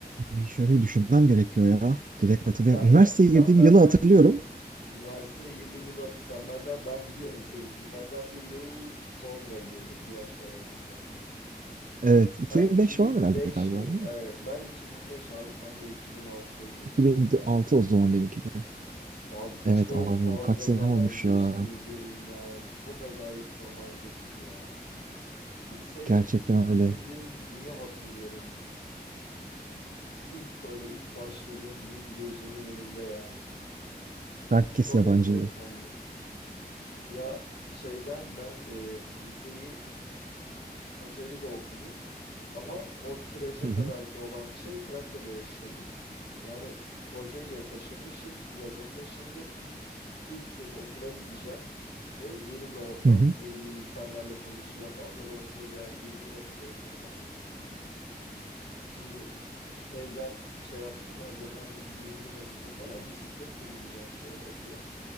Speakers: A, on the right; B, on the left.
A: Bir şöyle düşünmem gerekiyor ya. Direkt hatırlayamıyorum.
B: Sen ben
A: Üniversiteye
B: sen
A: girdiğim
B: benden
A: yılı hatırlıyorum.
B: üniversiteye girdiğin yılı hatır. Sen benden ben biliyorum seninkini. Benden bir yıl sonra girdim. Bir yaş var aramızda.
A: Evet, 2005
B: Ben
A: falan
B: 2005
A: herhalde
B: yıl
A: galiba değil
B: evet
A: mi?
B: ben 2005 abi sen de 2006'da girdin.
A: 2006 o zaman benimki de.
B: Abi
A: Evet
B: çok
A: abi
B: fazla
A: kaç sene
B: zaman
A: olmuş
B: geçti
A: ya.
B: üzerinden. Çok acayip zaman geçti ya. Lise
A: Gerçekten
B: ilk
A: öyle.
B: girdiğim günü hatırlıyorum. İlk böyle ilk başladığım gün gözümün önünde yani.
A: Herkes
B: Çok
A: yabancı.
B: enteresandı. Ya şeyden ben e, liseyi Kocaeli'de okudum. Ama o sürece
A: Hı hı.
B: kadarki olan şey Trakya'da yaşıyordum. Yani Kocaeli'ye taşınmışız, yazın taşındık. İlk kez okula gideceğim ve yeni bir ortam,
A: Hı hı.
B: yeni bir insanlarla tanışacağım falan. Böyle onun da gerginliği var üzerimde falan. Şimdi evden şey yaptım, hazırlandım, giyindim ettim falan. Bisikletle gideceğim şeye okula.